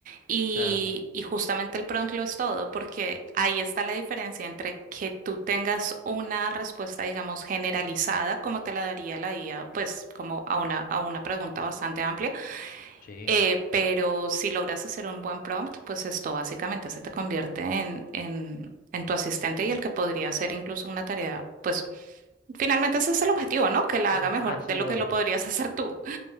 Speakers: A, on the right; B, on the left.
A: y,
B: claro,
A: y justamente el prompt lo es todo, porque ahí está la diferencia entre que tú tengas una respuesta, digamos, generalizada, como te la daría la IA, pues como a una, a una pregunta bastante amplia
B: sí.
A: eh, pero si logras hacer un buen prompt, pues esto básicamente se te convierte en, en, en tu asistente y el que podría hacer incluso una tarea. Pues finalmente ese es el objetivo, ¿no? Que la
B: Ah,
A: haga mejor
B: ah, sí,
A: de lo
B: obvio.
A: que lo podrías <laughs> hacer tú.